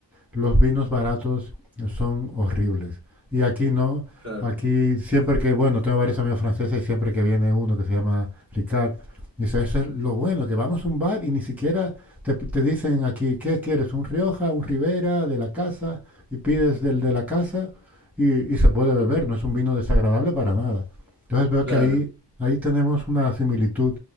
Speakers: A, in the centre; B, on the right.
A: los vinos baratos son horribles. Y aquí no,
B: claro.
A: aquí siempre que, bueno, tengo varios amigos franceses y siempre que viene uno que se llama Ricard, dice, eso es lo bueno,
B: Mm,
A: que vamos a un bar y ni siquiera te, te dicen aquí, ¿qué quieres? ¿Un Rioja, un Ribera, de la casa? Y pides del de la casa y, y se puede beber,
B: mm,
A: no es un vino desagradable para nada. Entonces veo
B: claro.
A: que ahí, ahí tenemos una similitud